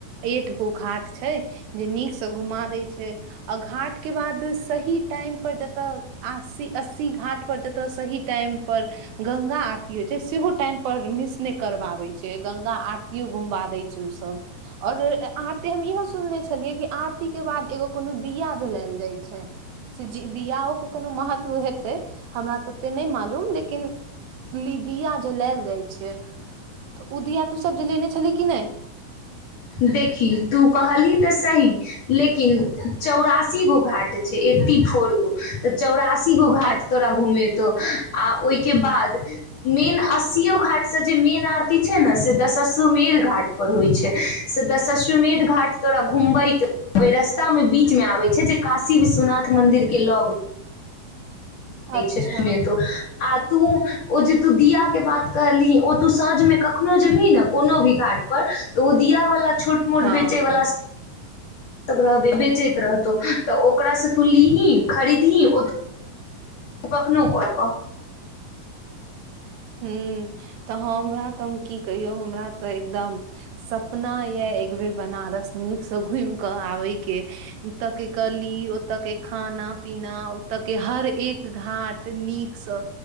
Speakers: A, on the right; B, on the left.
A: एट गो घाट छै जे नीक से घुमा देय छै आ घाट के बाद सही टाइम पर जतऽस अस्सी घाट पर जतय सही टाइम पर गंगा आरती होइ छै सेहो टाइम पर मिस नहि करबाबै छै गंगा आरतीयो घुमबा दै छै ओसभ आओर आरती हम इहो सुनने छलियै कि आरतीके बाद एगो कोनो दिया जलायल जाइ छै से ज दियाओ के कोनो महत्व हेतै हमरा तऽ ओते नहि मालूम लेकिन लिदिया या जलायल जाइ छै तऽ ओ दिया तूसब जलेने छलही कि नहि
B: देखि तू कहली तऽ सही लेकिन किन चौरासी चौरासी गो घाट छै एटी फोर गो तऽ चौरासी अस्सी गो घाट
A: अच्छा
B: तोरा घूमे तो आ ओहिके बाद मेन अस्सियो घाट से जे मेन आरती छै ने से दशसशोमेर घाट पर होइ छै से दश्वमेध घाट तोरा घुमबैत रस्तामे बीचमे आबैत छै जे काशी विश्वनाथ मन्दिर के लग
A: अच्छा
B: छै नहि त आ तू ओ जे तू दिया के बात कहलही ओ तू साँझमे कखनो जेबही ने कोनो भी घाट पर तो ओ दिया वला छोट मोट
A: हँ
B: बेचै वला
A: हँ
B: त रहबै बेचैत रहतौ तऽ ओकरासँ तू लीही खरीदही ओ त कखनोहु कऽ कऽ
A: हू तऽ हमरा तऽ हम की कहियौ हमरा तऽ एकदम सपना यऽ एक बेर बनारस नीक से घुम के आबै के तऽ के गल की ओतऽ के खाना पीना तऽ के हर एक घाट नीकसँ